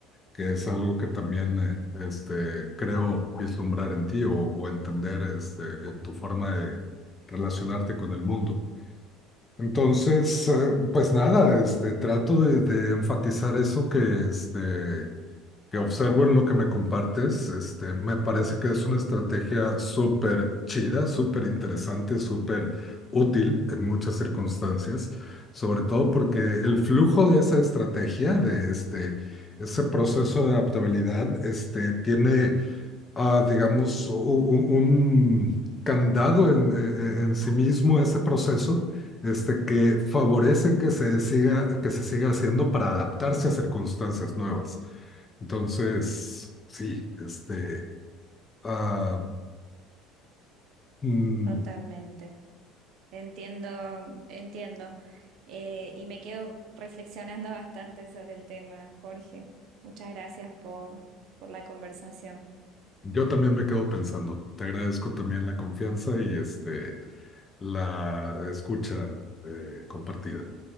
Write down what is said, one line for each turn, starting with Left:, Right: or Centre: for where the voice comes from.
Left: que es algo que también eh, este, creo vislumbrar en ti o, o entender este, en tu forma de relacionarte con el mundo. Entonces, eh, pues nada, este, trato de, de enfatizar eso que este, que observo en lo que me compartes, este, me parece que es una estrategia súper chida, súper interesante, súper útil en muchas circunstancias, sobre todo porque el flujo de esa estrategia, de este, ese proceso de adaptabilidad, este, tiene, ah, digamos, u- u- un candado en, e- e- en sí mismo ese proceso. Este, que favorece que se siga, que se siga haciendo para adaptarse a circunstancias nuevas. Entonces, sí, este, ah, mm,
Right: Totalmente. Entiendo, entiendo. Eh, y me quedo reflexionando <laughs> bastante sobre el tema, Jorge. Muchas gracias por, por la conversación.
Left: yo también me quedo pensando. Te agradezco también la confianza y este, la escucha eh, compartida.